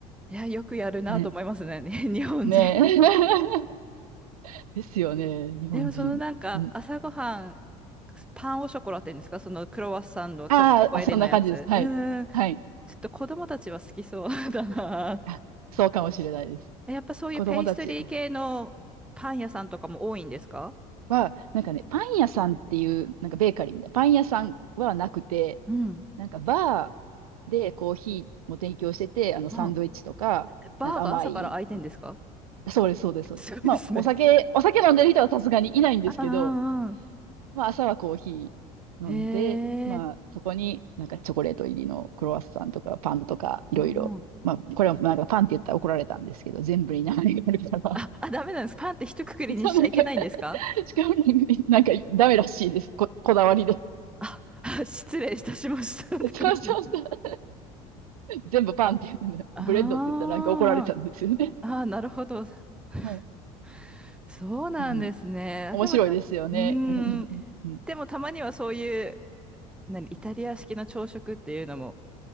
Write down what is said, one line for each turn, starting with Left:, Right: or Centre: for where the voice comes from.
Centre: いや、よくやるなと思いますね、
Right: ね。
Centre: <laughs> 日本人。
Right: ねえ。<laughs> ですよね。日本人。
Centre: でも、そのなんか、
Right: うん。
Centre: 朝ごはん、パンオショコラって言うんですかそのクロワッサンのチョ、
Right: あーあ、
Centre: チョコ入りのやつ。
Right: そんな感じです。はい。
Centre: うーん。ちょっと子供たちは好きそう
Right: はい。
Centre: <laughs> だな。
Right: あ、そうかもしれないです。
Centre: <laughs> やっぱそういうペイストリー系のパン屋さんとかも多いんですか
Right: 子供たちは、なんかね、パン屋さんっていう、なんかベーカリーみたいな、パン屋さんはなくて、
Centre: うん。
Right: なんかバーでコーヒーも提供してて、あの、
Centre: うん。
Right: サンドイッチとか、
Centre: バーが朝から開いてんですか
Right: なんか甘い、そうです、そうです。
Centre: <laughs>
Right: そうですまあ、
Centre: すごいですね。
Right: お酒、お酒飲んでる人はさすがにいないんですけど、
Centre: ああうんう
Right: まあ、朝はコーヒー飲んで、
Centre: ん。へ
Right: まあ、
Centre: え。
Right: そこになんかチョコレート入りのクロワッサンとかパンとかいろいろ。
Centre: うんうん。
Right: まあ、これはなんかパンって言ったら怒られたんですけど、全部に名前があるから。
Centre: あ、あ、ダメなんです。パンって一括りにしちゃいけないんですか
Right: <laughs> そう、なんか、しかもなんかダメらしいです。こ、こだわりで。
Centre: あ、あ失礼いたしました。<laughs> って感じ
Right: <laughs> そうそうそう。全部パンって言ってね、
Centre: あ
Right: ブレッドって言ったらなんか怒られたんですよね。
Centre: あ、ああ、なるほど。<laughs>
Right: はい。
Centre: そうなんですね。
Right: うん。
Centre: あ、
Right: 面白いですよね。
Centre: でもちゃん、うーん。
Right: うん。うんうん
Centre: でもたまにはそういう、何、イタリア式の朝食っていうのも